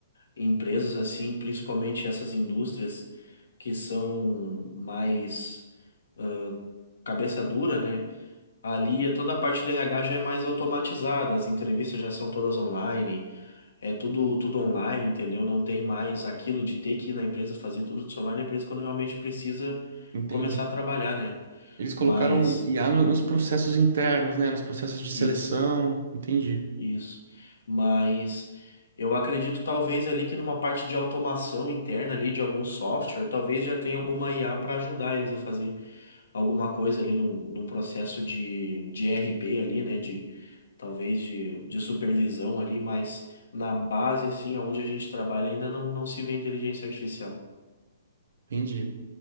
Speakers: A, on the left; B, on the right.
A: empresas assim, principalmente essas indústrias que são mais ah, cabeça dura, né? Ali é toda a parte do RH já é mais automatizada, as entrevistas já são todas online, É tudo, tudo online, entendeu? Não tem mais aquilo de ter que ir na empresa fazer tudo, tu só vai na empresa quando realmente precisa
B: Entendi.
A: começar a trabalhar, né?
B: Eles colocaram
A: Mas
B: IA no- nos processos internos, né? Nos processos de seleção.
A: isso,
B: Entendi.
A: isso. Mas eu acredito talvez ali que numa parte de automação interna ali de algum software, talvez já tenha alguma IA para ajudar eles a fazer alguma coisa ali num, num processo de, de RP ali, né? De talvez de, de supervisão ali, mas na base assim, onde a gente trabalha ainda não, não se vê inteligência artificial.
B: Entendi.